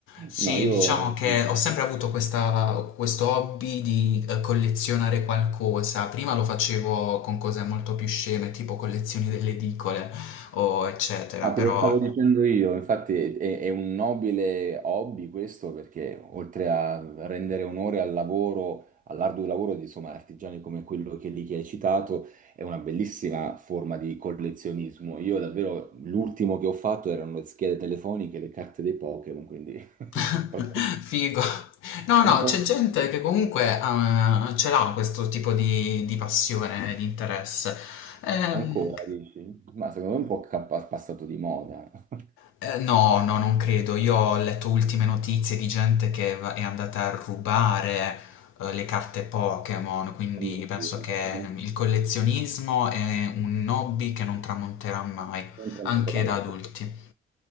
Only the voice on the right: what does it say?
No, io
ah,
te lo stavo dicendo io, infatti è, è un nobile hobby questo perché oltre a rendere onore al lavoro, all'arduo lavoro di insomma, artigiani come quello che lì che hai citato, è una bellissima forma di collezionismo. Io davvero l'ultimo che ho fatto erano le schede telefoniche, le carte dei Pokémon, quindi <laughs>
proprio
un po'
Ancora, dici? Ma secondo me è un po' cappa- passato di moda. <laughs>
Oh mio
Dio,
eh, non-
non sono
ancora nato.